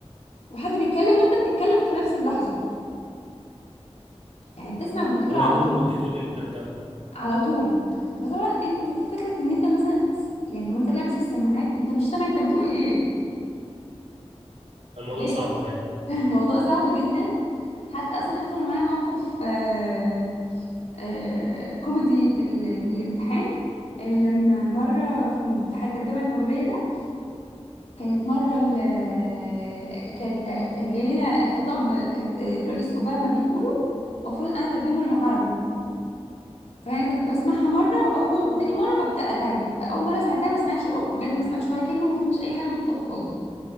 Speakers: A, on the left (about 80°); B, on the right (about 85°).
A: وحد بيتكلم وانت بتتكلم في نفس اللحظه يعني بتسمع وبتقول
B: هو
A: على
B: يقول
A: طول
B: وانت تقول الترجمه
A: على طول فطبعا إن- ف- فكره ان انت مثلا س- يعني وانت لابس السماعات انت مش سامع انت بتقول ايه
B: الموضوع
A: ليه
B: صعب فعلا
A: <laughs> الموضوع صعب جدا حتى اصلا حصل معايا موقف آه، آه، كوميدي في ال- في الامتحان آه، لما مرة في امتحان الترجمة الفورية ده كانت مرة ال- آه، كانت كانت جاي لنا خطاب كانت رئيس أوباما بيقوله المفروض أنا أترجمه للعربي فأنا بسمعها مرة وأول وتاني مرة ببدأ أترجم فأول مرة سمعتها ما سمعتش بجد ما سمعتش ولا كلمة ما فهمتش أي حاجة من الخطاب خالص